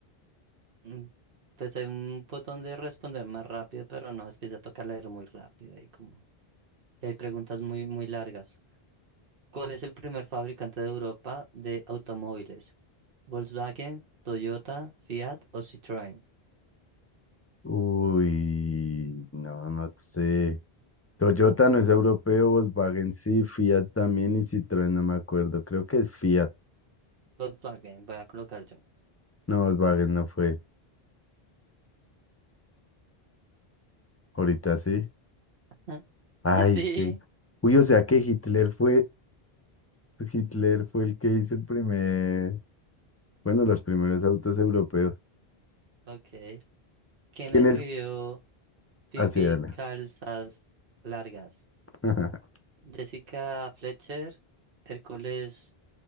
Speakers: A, on the right; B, on the left.
A: Mm, Pues hay un botón de responder más rápido, pero no, es que ya toca leer muy rápido y como y hay preguntas muy muy largas. ¿Cuál es el primer fabricante de Europa de automóviles? ¿Volkswagen, Toyota, Fiat o Citroën?
B: Uy, no, no sé. Toyota no es europeo, Volkswagen sí, Fiat también y Citroën, no me acuerdo. Creo que es Fiat.
A: Volkswagen, voy a colocar yo.
B: No, Volkswagen no fue. Ahorita sí.
A: <laughs>
B: Ay,
A: Sí,
B: sí. Uy, o sea que Hitler fue, Hitler fue el que hizo el primer, bueno, los primeros autos europeos.
A: ok. ¿Quién
B: ¿Quién
A: escribió
B: es?
A: Pipi
B: Así, dale.
A: Calzas Largas?
B: <laughs>
A: Jessica Fletcher, Hércules